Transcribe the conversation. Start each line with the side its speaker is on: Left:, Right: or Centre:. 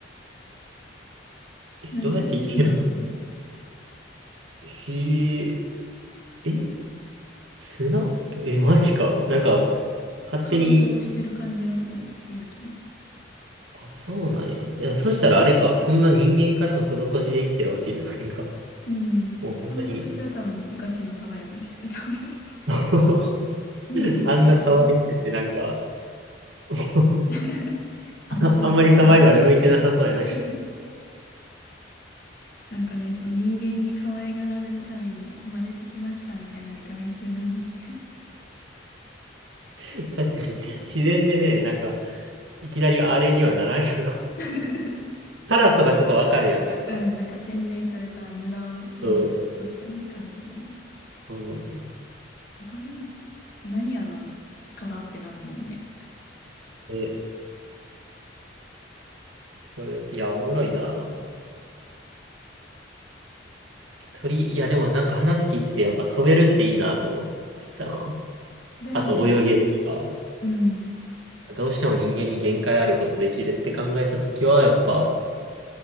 Right: <laughs> え、
Left: 何食べてるんだろうね。
Right: どうやって生きてるのへえ、え、砂え、マジか。なんか、勝手に、
Left: 乾燥してる感じのとこにいると思う。
Right: あ、そうなんや。いや、そしたらあれか。そんな人間からの施しで生きてるわけじゃないか。<laughs>
Left: うん。
Right: もう本当に、
Left: この子たちは多分ガチのサバイバルしてると思う。
Right: <laughs>
Left: <laughs> 群れで生きてるしね。
Right: あんな可愛くてなんか、<laughs>
Left: <laughs> アホそうなのにね。
Right: あ、あんまりサバイバル向いてなさそうやのに。
Left: <laughs> なんかね、その人間に可愛がられるために生まれてきましたみたいな見た目してるのに
Right: <laughs> 確かに、自然でね、なんか、いきなりあれにはならんよな。
Left: <laughs>
Right: カラスとかちょっとわかるやん、なんか。
Left: うん、なんか洗練された無駄を削ぎ落としたね、
Right: そ
Left: 感じよね。
Right: う。うん
Left: オカメインコ、何あの柄ってなるもんね。
Right: え、これ、いや、おもろいな。鳥、いや、でもなんか話聞いてて、やっぱ飛べるっていいなと思ってきたな。
Left: だよね。
Right: あと泳げるとか。
Left: うん。
Right: どうしても人間に限界あることできるって考えたときは、やっぱ、